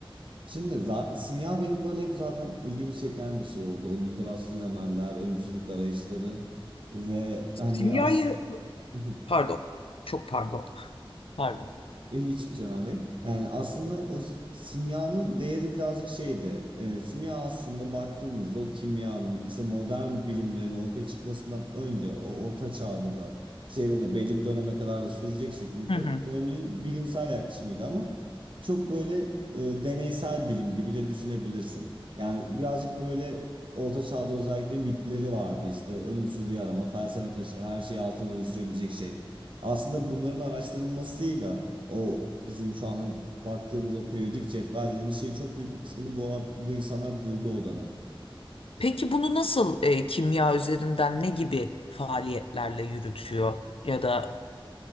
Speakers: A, on the right; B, on the left.
A: Şimdi za- simya benim böyle hep zaten ilgimi çeken bir şey oldu. O Nicholas Flamel'ler, ölümsüzlük arayışları ve hani
B: Kimyayı,
A: as <laughs>
B: pardon, çok pardon, pardon.
A: E, Hiç önemli değil. Yani aslında o s- simyanın değeri birazcık şeydi. E, simya aslında baktığımızda o kimyanın işte modern bilimlerin ortaya çıkmasından önce o orta çağda da şeyde de belli bir döneme kadar da sürecek şekilde
B: Hı hı.
A: döneminin bilimsel yaklaşımıydı ama çok böyle e, deneysel bilim gibi de düşünebilirsin. Yani birazcık böyle orta çağda özellikle mitleri vardı işte ölümsüzlüğü arama, felsefe taşı, her şeyi altına dönüştürebilecek şey. Aslında bunların araştırılmasıyla o bizim şu anda baktığımız o periyodik cetvel dediğimiz şeyin çok büyük bir kısmını bu, bu insanlar buldu o dönem.
B: Peki bunu nasıl e, kimya üzerinden ne gibi faaliyetlerle yürütüyor ya da